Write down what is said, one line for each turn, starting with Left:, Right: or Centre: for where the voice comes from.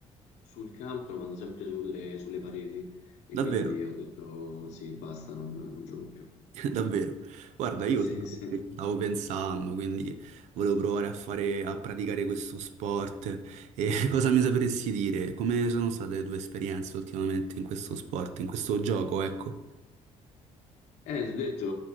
Left: sul campo, la mando sempre sulle, sulle pareti e
Right: Davvero,
Left: quindi ho detto sì, basta, non, non gioco più. <laughs>
Right: <laughs> davvero. Guarda, io
Left: Sì,
Right: ultimamente
Left: sì.
Right: ci stavo pensando, quindi volevo provare a fare, a praticare questo sport. E <laughs> cosa mi sapresti dire? Come sono state le tue esperienze ultimamente in questo sport, in questo gioco, ecco?
Left: Eh, ti ho detto,